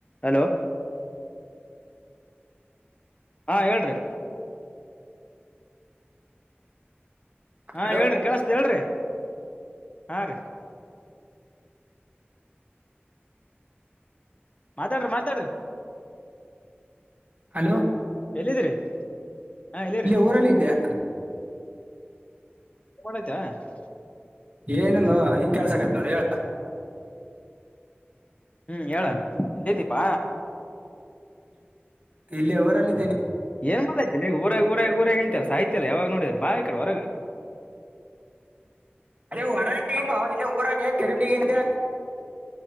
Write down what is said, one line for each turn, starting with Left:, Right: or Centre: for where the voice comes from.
Left: Hello ಹಾ ಹೇಳ್ರಿ ಹಾ
Right: ಹಲೋ
Left: ಹೇಳ್ರಿ ಕಳ್ಸ್ದ ಹೇಳ್ರಿ ಹಾ ರೀ. ಮಾತಾಡ್ರಿ ಮಾತಾಡ್ರಿ.
Right: ಹಲೋ.
Left: ಎಲ್ಲಿದಿರಿ ಹಾ ಎಲ್ಲಿದ್ರಿ.
Right: ಊರಲ್ಲಿದ್ದೆ.
Left: ಡ ಆಯತಾ <unintelligible>
Right: ಏನಲ್ಲ ಈಗ್ ಕೆಲ್ಸ ಆತ್ ನೋಡಿ ಹೇಳ.
Left: ಹ್ಮ್ ಹೇಳ ಎಲ್ಲಿದ್ದೀಪಾ.
Right: ಇಲ್ಲೆ ಊರಲ್ಲಿ.
Left: ಏನ್ ಮಾಡತತಿಲ್ಲ ಊರ ಊರ ಊರೇ ಅಂತಾರಲ್ಲ ಸಾಯ್ತಲ್ಲ ಯಾವಾಗ ನೋಡಿದ್ರ ಬಾ ಈ ಕಡೆ ಹೊರಗ.
Right: ಅದೇ ಹೊರಗನು ಇಲ್ಲ ಊರಾಗೆ ಕರಿಬಗಿಂದೆ.